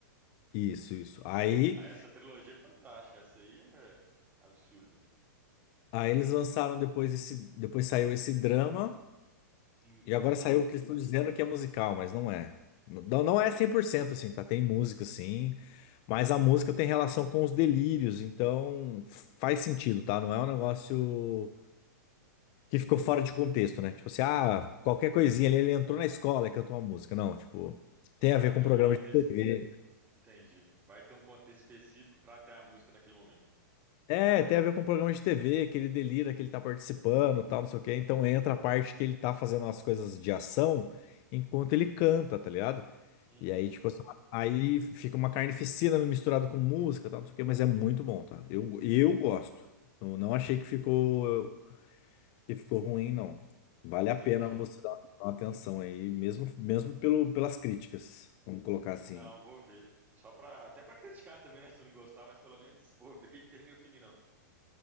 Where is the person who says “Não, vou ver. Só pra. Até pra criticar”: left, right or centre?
Right